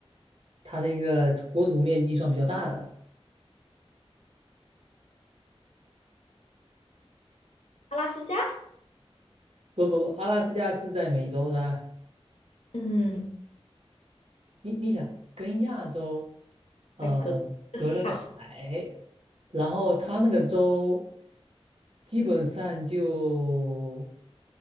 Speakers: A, on the right; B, on the left.
A: 它是一个国土面积算比较大的。
B: 阿拉斯加？
A: 不不不，阿拉斯加是在美洲的啊
B: 嗯，
A: 你你想，跟亚洲呃
B: 还隔个海，
A: 隔了个海，然后它那个州基本上就。